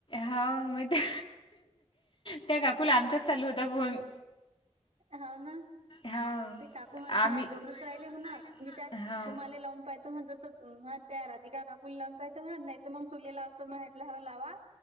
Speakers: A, on the left; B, on the right.
A: हो मी ते. त्या काकूला आमचाच चालू होता फोन.
B: हौव ना.
A: हो
B: ते काकू म्हणत
A: आम्ही
B: माझे
A: हो
B: दोनच राहिले म्हण, मी त्या
A: हां
B: तुम्हाला लावून पाहि मग जसं म त्या राधिका काकूनला लावून पाहा, म नाही तर मग तुला लावतो माहितलं ह लावा‌.